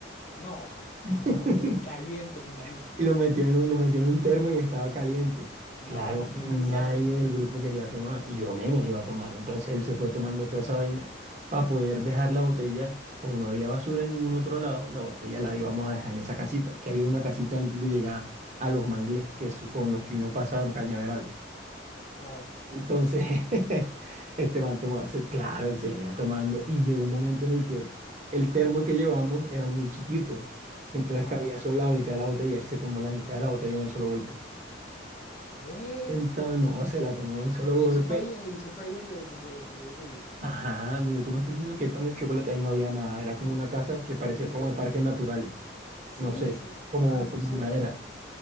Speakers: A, on the left; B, on the right.
A: No, <laughs>
B: <laughs>
A: anda, huevo, y caliente, me imagino.
B: Y lo metió en un, lo metió en un termo y estaba caliente.
A: No,
B: Claro,
A: <laughs> imagínate
B: nadie
A: esa vaina.
B: del grupo quería tomar, y yo menos iba a tomar. Entonces él se fue tomando toda esa vaina para poder dejar la botella. Como no había basura en ningún otro lado, la botella la íbamos a dejar en esa casita, que había una casita antes de llegar a los mangles que su- con los que uno pasa de Cañaveral.
A: Claro,
B: Entonces, <laughs> este man tomaba, se- claro, él se la iba tomando y llegó un momento en el que el termo que llevamos era muy chiquito. Entonces
A: ajá.
B: cabía solo la mitad de la botella y él se tomó la mitad de la botella de un solo golpe.
A: ¿Qué?
B: Entonces, no, se la tomó de un solo
A: Y
B: golpe.
A: eso fue ahí, y eso fue ahí donde, donde, donde yo te dije.
B: Ajá, donde tú me estás diciendo que hay pan de chocolate, ahí no había nada.
A: Ajá.
B: Era como una casa que parecía
A: Y,
B: como
A: eh,
B: de parques naturales.
A: sí,
B: No sé,
A: sí,
B: como,
A: ah, no
B: como
A: sé.
B: de madera.